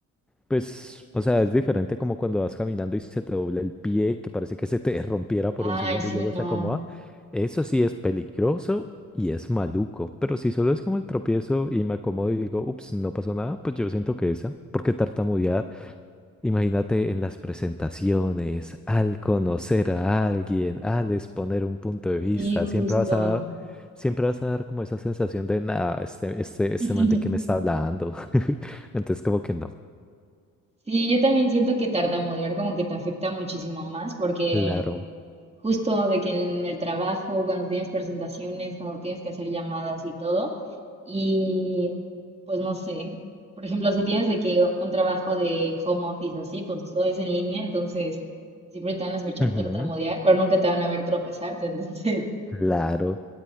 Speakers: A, in the centre; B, on the right.
A: Pues, o sea, es diferente como cuando vas caminando y se te dobla el pie, que parece que se te <laughs> rompiera por un
B: Ay,
A: segundo
B: sí,
A: y luego se
B: no.
A: acomoda. Eso sí es peligroso y es maluco. Pero si solo es como el tropiezo y me acomodo y digo, ups, no pasó nada, pues yo siento que esa. Porque tartamudear, imagínate en las presentaciones, al conocer a alguien, al exponer un punto de vista,
B: Sí, justo.
A: siempre vas a dar, siempre vas a dar como esa sensación de, nada, este, este, este
B: <laughs>
A: man de qué me está hablando. <laughs> Entonces, como que no.
B: Sí, yo también siento que tartamudear como que te afecta muchísimo más porque
A: Claro.
B: Justo de que en el trabajo, cuando tienes presentaciones, cuando tienes que hacer llamadas y todo, y pues no sé, por ejemplo, si tienes de que un trabajo de home office así, pues todo es en línea, entonces siempre te van a escuchar
A: Ujú,
B: tartamudear, pero nunca te van a ver tropezarte, <laughs> entonces
A: Claro,